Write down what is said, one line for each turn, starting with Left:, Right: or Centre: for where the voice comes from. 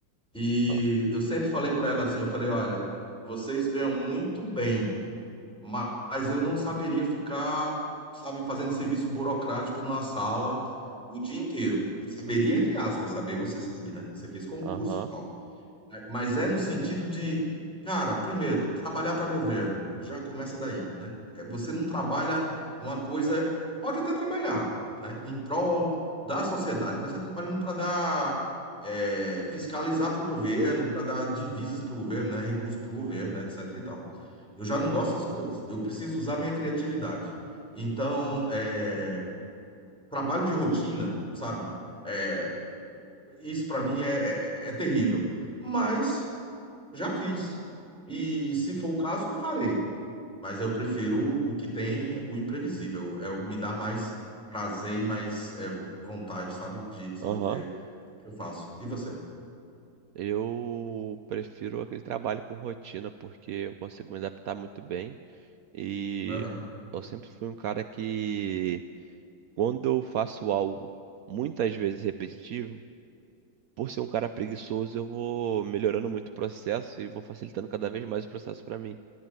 Centre: E
Right: ah,
Centre: eu sempre falei para ela assim, eu falei, olha, vocês ganham muito bem, ma- mas eu não saberia ficar, sabe, fazendo serviço burocrático numa sala o dia inteiro. Saberia, entre aspas, saber você sabe, né? Você fez concurso,
Right: aham,
Centre: mas é no sentido de, cara, primeiro, trabalhar para governo. Já começa daí, né? É, Você não trabalha numa coisa, pode até trabalhar, né? Em prol da sociedade, mas você trabalhando para dar, é, fiscalizar para o governo, para dar divisas para o governo, né? Recursos para o governo, né? Etc e tal. Eu já não gosto dessas coisas. Eu preciso usar minha criatividade. Então, é, trabalho de rotina, sabe? É, isso para mim é é- é terrível. Mas já fiz. E se for o caso, farei. Mas eu prefiro o que tem o imprevisível. É, o- me dá mais prazer e mais é, vontade, sabe? De desenvolver
Right: aham.
Centre: o que eu faço. E você?
Right: Eu prefiro aquele trabalho com rotina, porque eu consigo me adaptar muito bem. E
Centre: Aham,
Right: eu sempre fui um cara que, quando eu faço algo muitas vezes repetitivo, por ser um cara preguiçoso, eu vou melhorando muito o processo e vou facilitando cada vez mais o processo para mim.